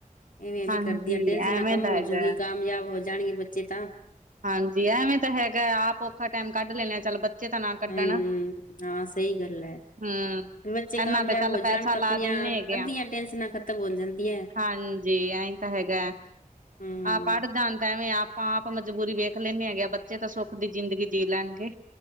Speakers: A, on the left; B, on the right.
A: ਇਵੇਂ
B: ਹਾਂਜੀ
A: ਵੀ ਕਰਦੀ ਆ ਟੈਂਸਨਾਂ
B: ਐਵੇਂ
A: ਕੰਮ
B: ਤਾਂ
A: ਹੋਜੂਗੀ
B: ਹੈਗਾ
A: ਕਾਮਯਾਬ ਹੋ ਜਾਣਗੇ ਬੱਚੇ ਤਾਂ
B: ਹਾਂਜੀ ਐਵੇਂ ਤਾਂ ਹੈਗਾ ਆਪ ਔਖਾ ਟਾਈਮ ਕੱਢ ਲੈਂਣੇ ਆ ਚੱਲ ਬੱਚੇ ਤਾਂ ਨਾ ਕੱਢਣ
A: ਹਮ ਹਾਂ ਸਹੀ ਗੱਲ ਹੈ
B: ਹੂੰ।
A: ਬੱਚੇ ਕਾਮਯਾਬ
B: ਇਹਨਾਂ ਤੇ ਕੱਲ
A: ਹੋ ਜਾਣ
B: ਪੈਸਾ
A: ਤਾਂ
B: ਲਾ
A: ਆਪਣੀਆਂ
B: ਦਿੰਨੇ ਹੈਗੇ
A: ਅੱਧੀਆਂ
B: ਆਂ।
A: ਟੈਨਸ਼ਨਾਂ ਖ਼ਤਮ
B: <inaudible>
A: ਹੋ ਜਾਂਦੀਆਂ
B: ਹਾਂਜੀ ਆਇਂ। ਤ ਹੈਗਾ।
A: ਹੂੰ
B: ਆਪ ਪੜ੍ਹ ਜਾਣਦਾ ਐਂਵੇ ਆਪ। ਆਪ ਮਜਬੂਰੀ ਵੇਖ ਲੈਂਦੇ ਹੈਗੇ ਆਂ ਬੱਚੇ ਤਾਂ ਸੁੱਖ ਦੀ ਜ਼ਿੰਦਗੀ ਜੀ ਲੈਣਗੇ।